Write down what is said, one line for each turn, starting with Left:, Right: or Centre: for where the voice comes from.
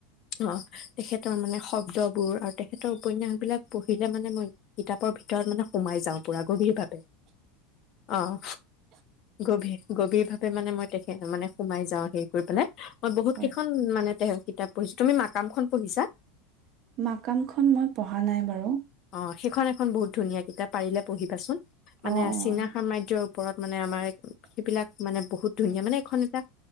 Left: আহ তেখেতৰ মানে শব্দবোৰ আৰু তেখেতৰ উপন্যাসবিলাক পঢ়িলে মানে মই কিতাপৰ ভিতৰত মানে সোমাই যাওঁ পুৰা গভীৰভাৱে অঁ গভীৰ গভীৰভাৱে মানে মই তেখেত মানে সোমাই যাওঁ সেই কৰি পেলাই মই বহুত
Right: হয়।
Left: কেইখন মানে তেওঁ কিতাপ পঢ়িছো তুমি মাকামখন পঢ়িছা
Right: মাকামখন মই পঢ়া নাই বাৰু
Left: অঁ সেইখন এখন বহুত ধুনীয়া কিতাপ পাৰিলে পঢ়িবাচোন
Right: অ',
Left: মানে
Right: অ',
Left: চীনা সাম্ৰাজ্যৰো ওপৰত মানে আমাৰ সেইবিলাক মানে বহুত ধুনীয়া মানে এখন এটা